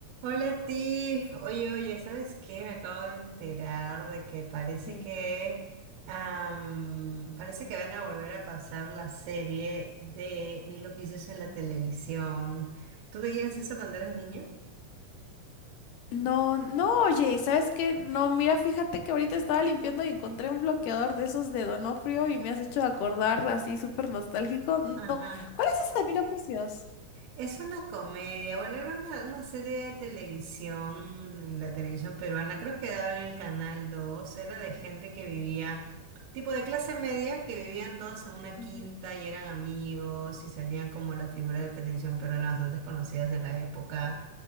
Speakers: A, on the right; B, on the left.
A: Hola Tiff, oye, oye, ¿sabes qué? Me acabo de enterar de que parece
B: ¿Qué?
A: que am, parece que van a volver a pasar la serie de Mil Oficios en la televisión. ¿Tú veías eso cuando eras niña?
B: No, no, oye, ¿sabes qué? No, mira, fíjate que ahorita estaba limpiando y encontré un bloqueador de esos de Donofrio y me has hecho acordar así súper nostálgico. No,
A: Ajá.
B: no, ¿cuál es ese de mil oficios?
A: Es una comedia, bueno, era una, una serie de televisión, en la televisión peruana, creo que daba en el canal 2. era de gente que vivía, tipo de clase media, que vivían todos en una
B: Ujú.
A: quinta y eran amigos y salían como las figuras de televisión peruana bastante conocidas de la época.